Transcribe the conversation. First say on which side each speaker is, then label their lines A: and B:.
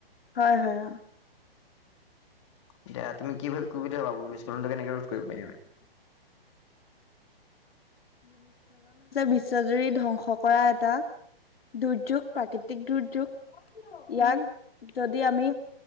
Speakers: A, on the left; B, on the left.
A: হয় হয়
B: এতিয়া তুমি কি
A: ভূমিস্খলন
B: কি বুলি ভাবা ভূমিস্খলনটো কেনেকে
A: হৈছে
B: ৰোধ কৰিব পাৰিম আমি?
A: বিশ্বজুৰি ধ্বংস কৰা এটা দুৰ্যোগ প্ৰাকৃতিক দুৰ্যোগ ইয়াত যদি আমি